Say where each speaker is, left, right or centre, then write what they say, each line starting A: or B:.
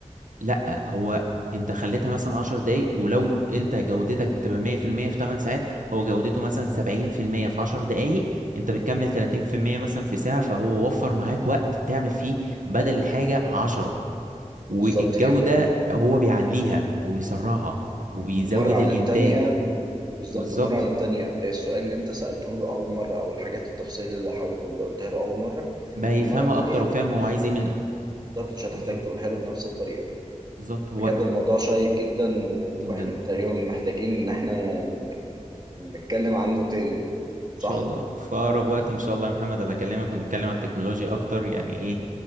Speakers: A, on the right; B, on the right.
A: لا هو انت خليتها مثلا 10 دقايق ولو انت جودتك بتبقى 100% في 8 ساعات هو جودته مثلا 70% في 10 دقايق انت بتكمل 30% مثلا في ساعة فهو وفر معاك وقت تعمل فيه بدل الحاجة 10 والجودة
B: بالظبط كده
A: هو بيعليها ويسرعها وبيزود
B: ومرة عن
A: الانتاج
B: التانية بالظبط
A: بالظبط
B: مرة عن التانية السؤال اللي انت سألته له أول مرة أو الحاجات التفصيل اللي, حاول... اللي قلتها له أول مرة
A: بقى يفهمها
B: المرة التانية
A: اكتر وفاهم
B: مش
A: هو عايز ايه منك
B: بالظبط مش هتحتاج
A: بالظبط
B: تقولها له بنفس الطريقة
A: بالظبط هو
B: بجد الموضوع شيق جدا وإحنا
A: جدا
B: تقريبا محتاجين إن إحنا نك- نتكلم عنه تاني صح؟
A: ان شاء الله في اقرب وقت ان شاء الله يا محمد بكلمك ونتكلم عن التكنولوجيا اكتر يعني ايه